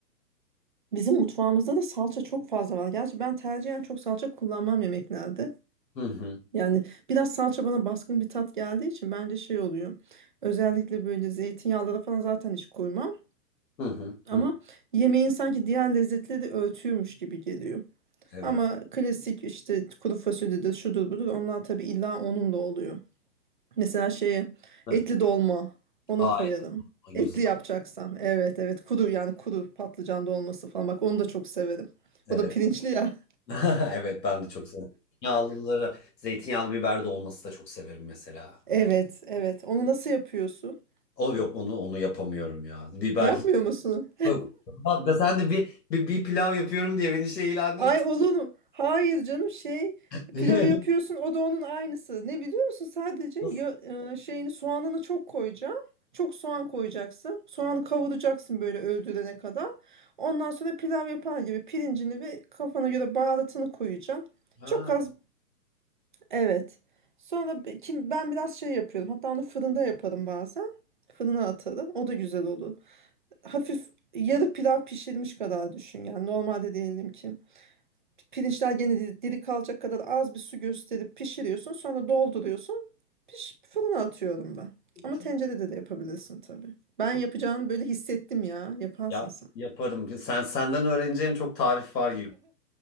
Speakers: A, on the right; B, on the left.
A: Bizim mutfağımızda da salça çok fazla var. Gerçi ben tercihen çok salça kullanmam yemeklerde.
B: Hı hı.
A: Yani biraz salça bana baskın bir tat geldiği için bence şey oluyor. Özellikle böyle zeytinyağları falan zaten hiç koymam.
B: Hı hı.
A: Ama
B: hı.
A: yemeğin sanki diğer lezzetleri örtüyormuş gibi geliyor.
B: Evet.
A: Ama klasik işte kuru fasulyedir, şudur budur onlar tabii illa onunla oluyor. Mesela şeye
B: Hı.
A: etli dolma ona
B: Aa
A: koyarım.
B: et
A: Etli
B: güzel.
A: yapacaksam evet evet kuru yani kuru patlıcan dolması falan bak onu da çok severim.
B: Evet.
A: O da pirinçli ya.
B: <laughs> Evet ben de çok seviyorum. Zeytinyağlıları, zeytinyağlı biber de olması da çok severim mesela.
A: Evet,
B: Hani,
A: evet. Onu nasıl yapıyorsun?
B: o yok onu onu yapamıyorum ya. Biber
A: Yapmıyor musun?
B: Yok. Bak da sen de bir, bir, bir pilav yapıyorum diye beni şey ilan
A: Ay
B: ettin.
A: olunu. Hayır canım şey
B: <laughs>
A: pilavı yapıyorsun o da onun aynısı. Ne biliyor musun? Sadece
B: Nasıl?
A: ya- e, şeyini soğanını çok koyacaksın. Çok soğan koyacaksın. Soğanı kavuracaksın böyle öldürene kadar. Ondan sonra pilav yapar gibi pirincini ve kafana göre baharatını koyacaksın.
B: Ha.
A: Çok az evet. Sonra be- kim ben biraz şey yapıyorum. Hatta onu fırında yaparım bazen. Fırına atarım. O da güzel olur. hafif yarı pilav pişirmiş kadar düşün yani normalde diyelim ki pirinçler gene di- diri kalacak kadar az bir su gösterip pişiriyorsun sonra dolduruyorsun piş fırına atıyorum ben ama
B: Çok
A: tencerede de yapabilirsin tabii ben
B: çok
A: yapacağını böyle hissettim ya yaparsın
B: ya,
A: sen
B: yaparım. Sen senden öğreneceğim çok tarif var gibi.